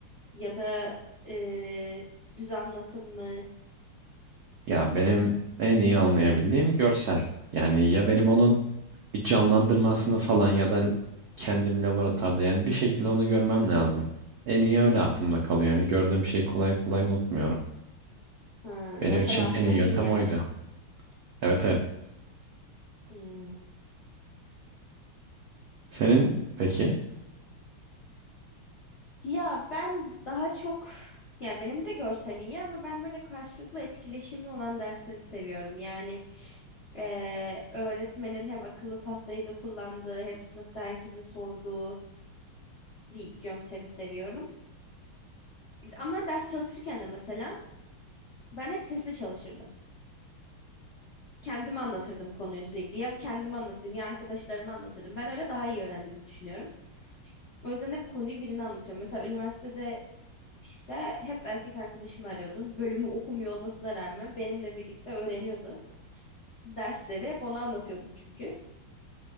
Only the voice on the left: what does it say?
ya da e, düz anlatım mı?
Hmm.
Ha,
görsel
hafızan
iyi yani.
Hmm.
Ya ben daha çok ya benim de görsel iyi ama ben böyle karşılıklı etkileşimli olan dersleri seviyorum. Yani eee, öğretmenin hem akıllı tahtayı da kullandığı hem sınıfta herkese sorduğu bir yöntemi seviyorum. Ama ders çalışırken de mesela ben hep sesli çalışırdım. Kendime anlatırdım konuyu sürekli. Ya kendime anlatırdım ya arkadaşlarıma anlatırdım. Ben öyle daha iyi öğrendiğimi düşünüyorum. O yüzden hep konuyu birine anlatıyorum. Mesela üniversitede İşte hep erkek arkadaşımı arıyordum. Bölümü okumuyor olmasına rağmen benimle birlikte öğreniyordu. Dersleri hep ona anlatıyordum çünkü.